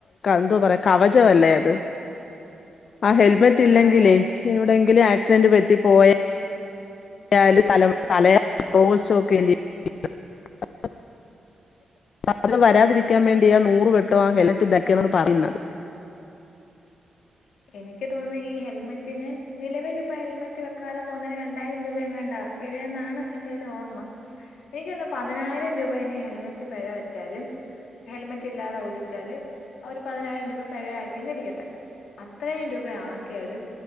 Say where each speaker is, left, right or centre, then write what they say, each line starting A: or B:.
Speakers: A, on the left; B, on the left.
A: ന്താ പറയാ കവജല്ലേ അത് ആ ഹെൽ ഹെമേറ്റ് ല്ലെങ്കില്
B: അതെ അതെ
A: എവിടെയങ്കിലും ആക്സിഡന്റ് പറ്റി പോവേ ന്തായാലും തല കലയാ റോഡ ഷോക്ക്ന്ദീ <unintelligible> അ സാധ്യ വരാതിരിക്കാൻ വേണ്ടിയാ നൂർ വെട്ടോ ആ ഹെൽമറ്റ് വെക്കണെന്ന് പറയുന്നത്
B: എനിക്ക് തോന്നുന്നു ഈ ഹെൽമെറ്റിന് നിലവിൽ ഇപ്പ ഹെൽമെറ്റ് വെക്കാതെ പോകുന്നതിന് രണ്ടായിരം രൂപ എങ്ങാണ്ടാ പിഴയെന്നാണ് എന്റെ ഒരു ഓർമ്മ എനിക്കൊന്ന് പതിനായിരം രൂപ ഇനി ഹെൽമെറ്റ് പിഴ വ ലും ഹെൽമെറ്റ് ഇല്ലാതെ ഓടിച്ചാല് അവര് പതിനായിരം രൂപ പിഴയാക്കിന്ന് ഇരിക്കട്ടെ. അത്രയുംം രൂപ ആക്കിയാലും